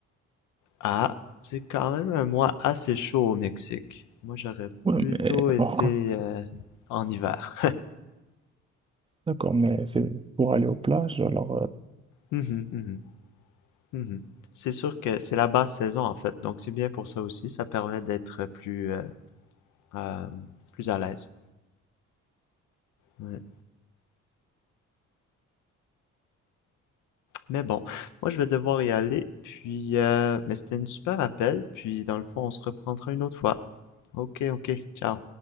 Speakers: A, on the left; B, on the right.
A: Ah, c'est quand même un mois assez chaud au Mexique. Moi, j'aurais
B: Ouais,
A: plutôt
B: mais
A: été
B: on compte.
A: euh, en hiver.
B: D'accord, mais c'est pour aller aux plages, alors. euh,
A: Mhm, mhm, mhm. C'est sûr que c'est la basse saison en fait, donc c'est bien pour ça aussi. Ça permet d'être plus, euh, euh, plus à l'aise. Ouais. Mais bon, moi je vais devoir y aller, puis euh, mais c'était une super appel, puis dans le fond on se reprendra une autre fois. Ok, ok, ciao.